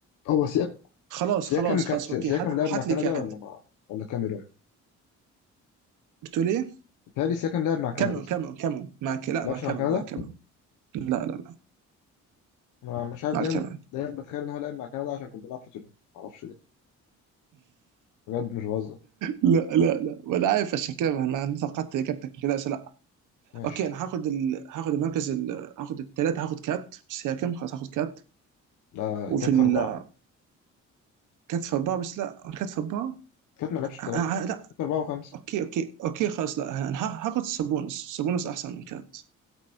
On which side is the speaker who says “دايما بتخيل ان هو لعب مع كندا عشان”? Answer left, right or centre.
Left